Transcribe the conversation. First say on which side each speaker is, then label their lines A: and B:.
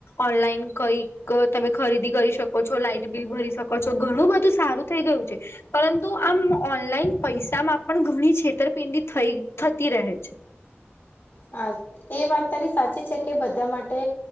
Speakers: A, on the left; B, on the left.
A: ઓનલાઈન કઈક તમે ખરીદી કરી શકો છો લાઈટ બિલ ભરી શકો છો ઘણું બધું સારું થઈ ગયું છે પરંતુ આમ ઓનલાઈન પૈસામાં પણ ઘણી છેતરપિંડી થઈ થતી રહે છે.
B: હા એ વાત તારી સાચી છે કે બધા માટે